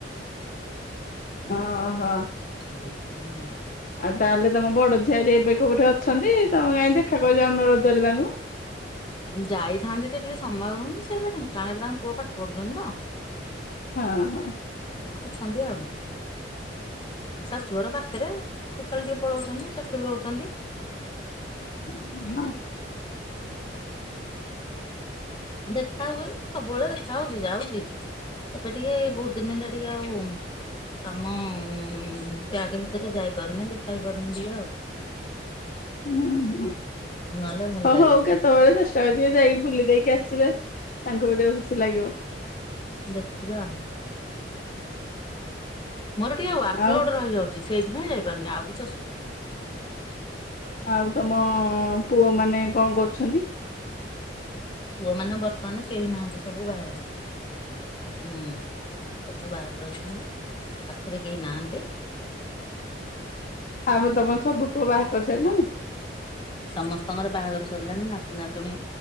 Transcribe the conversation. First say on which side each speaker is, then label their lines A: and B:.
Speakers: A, on the left; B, on the left.
A: ଓ ହୋ।
B: <inaudible>
A: ଆଉ ତାହେଲେ ତୋମ ବଡ ଝିଆରୀ ଏବେ କୋଉଠି ଅଛନ୍ତି? ତୋମେ କାଇଁ ଦେଖା କରି ଯାଉନ ରଜରେ ତାଙ୍କୁ?
B: ଯାଇଥାନ୍ତି ଯେ ଟିକେ ସମୟ ହଉନି। ସିଏ ଏବେ ଢେଙ୍କାନାଳରେ ତାଙ୍କ ପୁଅ ପାଠ ପଢୁଛନ୍ତି ତ।
A: ହଁ, ହଁ।
B: ଅଛନ୍ତି ଆଉ। ଶାଶୁଘର ପାଖରେ, କେତେବେଳେ ଟିକେ ପଳଉଛନ୍ତି। ସେଠି ବି ରହୁଛନ୍ତି।
A: ଅ ହଁ।
B: ଦେଖା ହୁଏ, ସବୁବେଳେ ଦେଖା ହଉଛି ଯାଉଛି। ଏବେ ଟିକେ ବହୁତ ଦିନ ହେଲା ଟିକେ ଆଉ କାମ-ଅ-ଅ- ପ୍ୟାକ୍ ଭିତରେ, ଯାଇପାରୁନି ଦେଖା ହେଇପାରୁନି ଟିକେ ଆଉ।
A: ହୁଁ, ହୁଁ।
B: ନହେଲେ ଭଲ
A: ହ,
B: ଲାଗେ
A: ହଉ କେତ କେତେବେଳେ ଚେଷ୍ଟା କରିବେ ଯାଇକି ବୁଲି ଦେଇକି ଆସିବେ। ତାଙ୍କୁ ବି ଟିକେ ଖୁସି ଲାଗିବ।
B: ଦେଖିବା। ମୋର ଟିକେ ୱାର୍କ
A: ଆଉ
B: ଲୋଡ୍‌ ରହିଯାଉଛି, ସେଇଥିପାଇଁ ଯାଇପାରୁନି। ଆଉ କିଛି ଅସୁବିଧା ନାହିଁ।
A: ଆଉ ତମ ପୁଅ ମାନେ କଣ କରୁଛନ୍ତି?
B: ପୁଅମାନେ ବର୍ତ୍ତମାନ କେହି ନାହାଁନ୍ତି, ସବୁ ବାହାରେ। ହୁଁ। ସବୁ ବାହାରେ ରହୁଛନ୍ତି, ପାଖରେ କେହି ନାହାଁନ୍ତି।
A: ଆମେ ତମ ସବୁ ପୁଅ ବାହା କରି ସାରିଲଣି?
B: ସମସ୍ତଙ୍କର ବାହାଘର ସରିଲାଣି। ନାତି-ନାତୁଣୀ